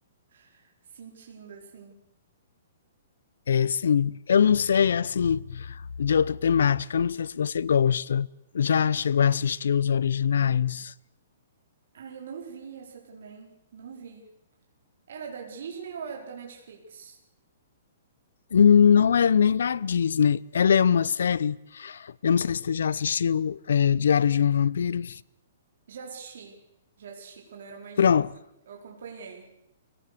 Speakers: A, on the right (about 65°); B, on the left (about 75°).
A: <laughs> sentindo assim.
B: é sim. Eu não sei, assim, de outra temática. Não sei se você gosta. Já chegou a assistir os originais?
A: Ah, eu não vi essa também. Não vi. Ela é da Disney ou é da Netflix?
B: Não é nem da Disney. Ela é uma série. Eu não sei se tu já assistiu é, Diário de um Vampiro.
A: Já assisti, já assisti quando eu era mais
B: Pronto,
A: nova, eu acompanhei.